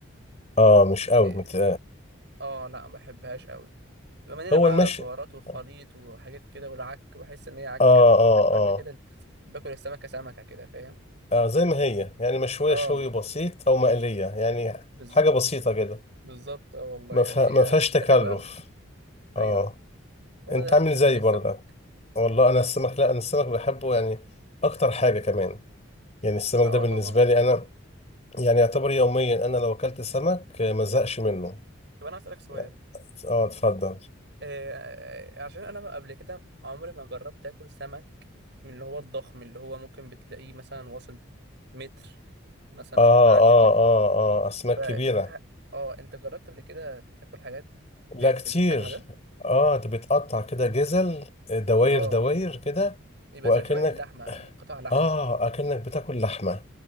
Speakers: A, on the left; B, on the right.
A: اه مش
B: دي
A: قوي مت...
B: اه لا ما بحبهاش قوي بما مليانه
A: هو
B: بقى
A: المشي
B: بهارات وخليط
A: اه
B: وحاجات كده والعك بحس ان هي عكه
A: اه
B: أوي.
A: آه.
B: بحب اكل كده ال- بحب اكل السمكه سمكه كده فاهم
A: اه زي ما هي يعني مشوية
B: اه
A: شوي بسيط او مقلية يعني
B: بالظبط
A: حاجة بسيطة كده
B: بالظبط اه والله
A: ما
B: يعني
A: فيها
B: هي
A: ما فيهاش
B: كده
A: تكلف
B: حلوه قوي ايوه
A: اه
B: هو
A: انت
B: ده
A: عامل
B: بالنسبه
A: زي
B: لي السمك
A: برضه والله انا السمك لا انا السمك بحبه يعني اكتر حاجة كمان يعني السمك
B: ما اه
A: ده بالنسبة
B: طبعا
A: لي انا يعني يعتبر يوميا انا لو اكلت سمك آه، ما زهقش منه
B: طب انا هسألك سؤال
A: يعني اه اتفضل
B: آه آه، آه، عشان انا قبل كده عمري ما جربت اكل سمك من اللي هو الضخم اللي هو ممكن بتلاقيه مثلا واصل متر مثلا
A: اه
B: او معدي
A: اه
B: المتر
A: اه اه اسماك
B: ف ه-
A: كبيرة
B: اه انت جربت قبل كده تاكل حاجات
A: لا
B: في
A: كتير
B: في الحجم ده
A: اه ده بتقطع كده جزل آه، دواير
B: اه
A: دواير كده
B: يبقى
A: واكنك
B: زي- شبه اللحمه يعني قطع لحمه
A: اه اكنك بتاكل لحمة